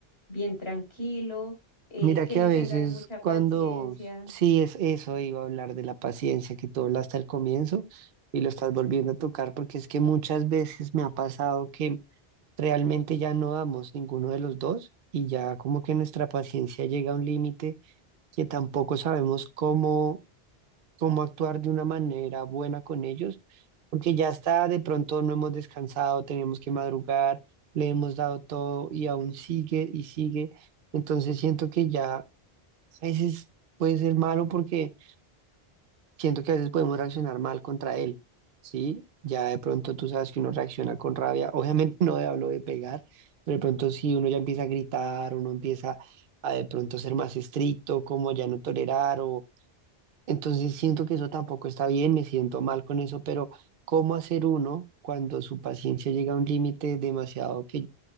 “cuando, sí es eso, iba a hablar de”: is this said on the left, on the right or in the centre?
Right